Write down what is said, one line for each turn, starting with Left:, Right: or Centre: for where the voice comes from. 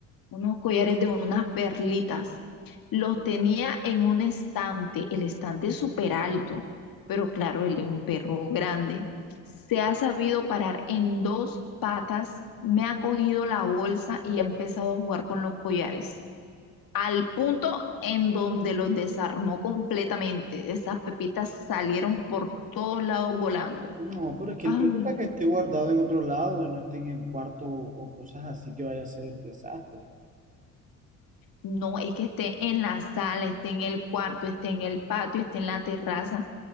Left: unos collares de unas perlitas. Los tenía en un estante, el estante es súper alto, pero claro, él es un perro grande. Se ha sabido parar en dos patas, me ha cogido la bolsa y ha empezado a jugar con los collares, al punto en donde los desarmó completamente. Esas pepitas salieron por todos lados volando.
Right: No, pero es que
Left: Ay,
Right: el peor es para que esté guardado en otro lado y no esté en el cuarto o cosas así que vaya a ser desastre.
Left: no, es que esté en la sala, esté en el cuarto, esté en el patio, esté en la terraza.